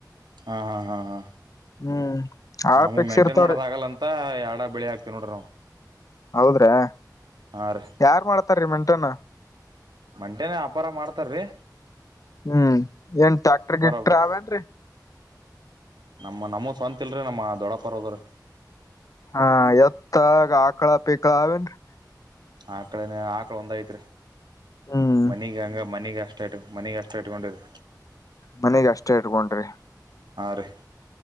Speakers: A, on the right; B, on the left.
A: ಹಾ ಹಾ ಹಾ ಹಾ.
B: ಹ್ಮ್. ಆಳ್
A: ನಾವು
B: ಪಿಕ್ಸ್
A: ಮೇಂಟೇನ್
B: ಇರ್ತಾವ್ರಿ
A: ಮಾಡೋದ ಆಗಲ್ಲ ಅಂತ ಎರಡ ಬೆಳಿ ಹಾಕ್ತಿವ ನೋಡ್ರಿ ನಾವು
B: ಹೌದ್ರಾ
A: ಹಾ ರೀ.
B: ಯಾರ್ ಮಾಡ್ತಾರೀ ಮೆಂಟನ್
A: ಮಂಟನೇ ಅಪ್ಪಾರ ಮಾಡ್ತಾರ ರೀ.
B: ಹ್ಮ್ ಏನ್ ಟ್ಯಾಕ್ಟರ ಗಿಟ್ಟ್ರ
A: ಒಬ್ಬ
B: ಅವೇನ್ರರಿ.
A: ನಮ್ಮ ನಮ್ಮೂ ಸ್ವಂತ ಇಲ್ರಿ ನಮ್ಮ ದೊಡ್ಡಪ್ಪರ್ ಆದವರಿ.
B: ಹಾ ಯತ್. ಎತ್ತು ಗಾ ಆಕಳಾ ಪೀಕಳಾ ಅವ ಏನ್ರಿ.
A: ಆಕಳೇನ ಆಕಳ ಒಂದ್ ಐತ್ರಿ.
B: ಹ್ಮ್
A: ಮನಿಗ್ ಹಂಗ ಮನೆಗ ಅಷ್ಟ ಇಟಗಂಡ್ವಿ ಮನೆಗ್ ಅಷ್ಟ. ಇಟಗೊಂಡಿವ್ರಿ.
B: ಮನೆಗೆ ಅಷ್ಟೇ ಇಟ್ಕೊಂಡ್ರಿ
A: ಆ ರೀ.